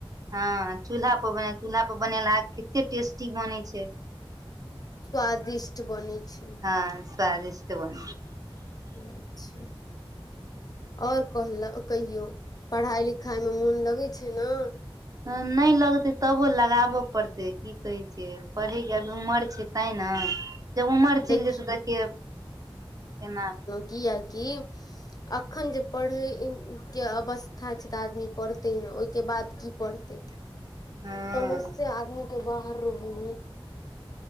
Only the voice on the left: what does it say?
स्वादिष्ट बनै छै
अच्छा आओर कहल कहियौ पढ़ाइ लिखाइमे मोन लगै छै न
देख
कियाकी अखन जे पढ़यके अवस्था छै तऽ आदमी पढ़तै ने ओहिके बाद की पढ़तै समझ
से आदमी के बाहर रहै है